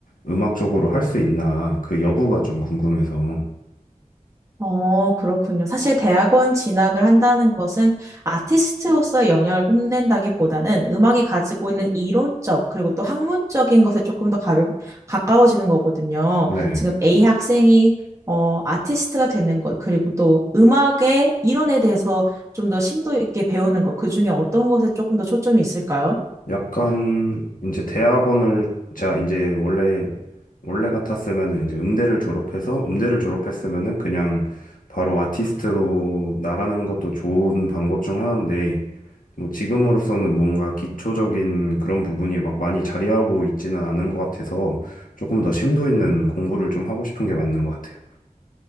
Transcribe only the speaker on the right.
어, 그렇군요. 사실 대학원 진학을 한다는 것은 아티스트로서의 영향을 뽐낸다기보다는 음악이 가지고 있는 이론적 그리고 또 학문적인 것에 조금 더 가벼, 가까워지는 거거든요.
지금 A 학생이 어, 아티스트가 되는 것, 그리고 또 음악의 이론에 대해서 좀 더 심도 있게 배우는 것, 그 중에 어떤 것에 조금 더 초점이 있을까요?